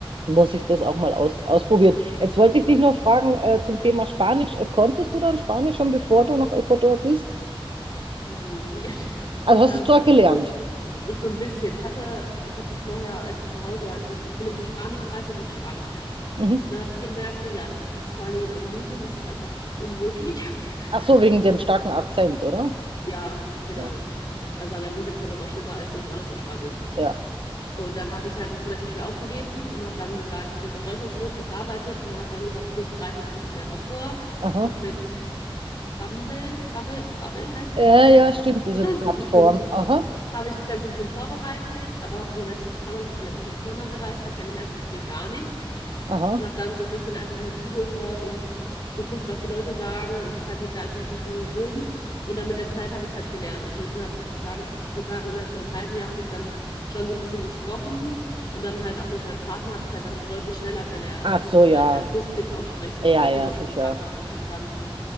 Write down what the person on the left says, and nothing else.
Nee. <laughs>
Ähm,
so So ein bisschen. Ich hatte, ich hatte vorher, als ich zu Hause war, als ich mich, ich bin nämlich nach Spanien gereist und wollte Spanisch lernen.
Und dann habe ich gemerkt, so ja, das ist vor allen Dingen in Andalusien ist das einfach unmöglich. <laughs>
Und
hab,
ja, genau.
Also Andalusien ist ja nochmal schlimmer als irgendwo anders in Spanien.
Und dann habe ich halt das relativ schnell aufgegeben und habe dann gesagt, ich bin nach Deutschland zurück, habe gearbeitet und dann habe dann gesagt, okay, ich bereite mich ein bisschen mehr darauf vor,
habe mit Bumble, Bumble, Bubble heißt es,
nicht
Bumble.
Was?
<laughs>
Habe ich mich dann so ein bisschen vorbereitet, aber habe dann, als ich in Panama, ich bin jetzt erst nach Panama gereist, habe ich dann gemerkt, so, das bringt gar nichts.
Und habe dann so ein bisschen einfach nur zugehört und geguckt, was die Leute sagen und halt mich da einfach so ein bisschen dran gewöhnt. Und dann mit der Zeit habe ich es halt gelernt. Also ich würde innerhalb sagen, ich würde sagen, innerhalb von einem halben Jahr habe ich es dann schon so ein bisschen gesprochen. Und dann halt auch mit meinem Partner habe ich es halt dann deutlich schneller gelernt,
natürlich,
weil dann musste ich es auch sprechen,
weil
wie du auch
schon gesagt hast, so ich hatte dann